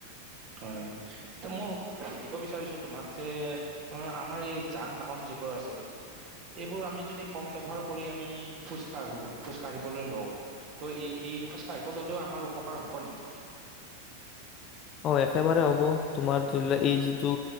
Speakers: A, on the right; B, on the left.
A: হয় এ মই সুধিব বিচাৰিছো তোমাক যে অ আমাৰ এই যান বাহন যিবোৰ আছে এইবোৰ আমি যদি কম ব্যৱহাৰ কৰি আমি খোজ কাঢ়ো খোজ কাঢ়িবলৈ লওঁ ত' এই এই খোজ কাঢ়িব ললেও আমাৰ উপকাৰ হ'ব নেকি।
B: অ একেবাৰে হ'ব তোমাৰ ধৰি লোৱা এই যিটো